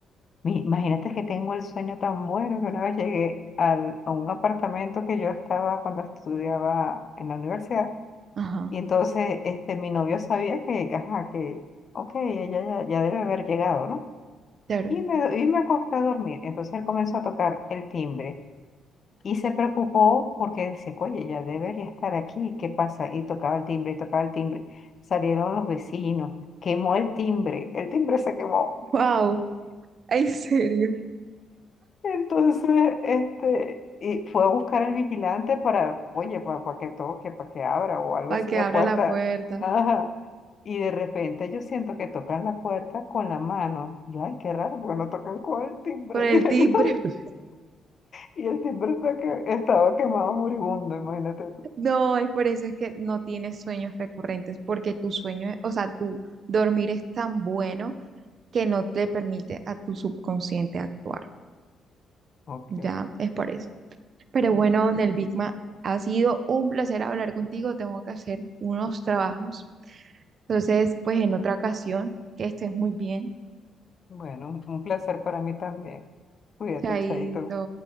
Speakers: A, on the left; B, on the right.
A: mi- imagínate que tengo el sueño tan bueno que una vez llegué al, a un apartamento que yo estaba cuando estudiaba en la universidad
B: Ajá,
A: y entonces este, mi novio sabía que, que, ajá, que, ok, ella ya, ya debe haber llegado, ¿no?
B: claro.
A: Y me, y me acosté a dormir. Entonces él comenzó a tocar el timbre y se preocupó porque decía, oye, ella debería estar aquí, ¿qué pasa? Y tocaba el timbre, y tocaba el timbre. Salieron los vecinos, quemó el timbre, el timbre se quemó.
B: Wow, <laughs> en serio.
A: Entonces, este, y fue a buscar al vigilante para, oye, para, que toque, para que abra o algo
B: Para
A: así
B: que
A: la
B: abra
A: puerta.
B: la puerta
A: Ajá. Y de repente yo siento que tocan la puerta con la mano. Yo, ay, qué raro, porque no tocan con el timbre,
B: con el
A: <laughs> dije
B: timbre.
A: yo.
B: <laughs>
A: Y el timbre está que- estaba quemado moribundo, imagínate tú.
B: No, es por eso es que no tienes sueños recurrentes porque tu sueño, es- o sea, tu dormir es tan bueno que no te permite a tu subconsciente actuar.
A: Ok,
B: Ya es por eso. Pero bueno, Nelvigma, ha sido un placer hablar contigo. Tengo que hacer unos trabajos. Entonces, pues en otra ocasión, que estés muy bien.
A: bueno, un placer para mí también. Cuídate,
B: Chaito.
A: Chaito.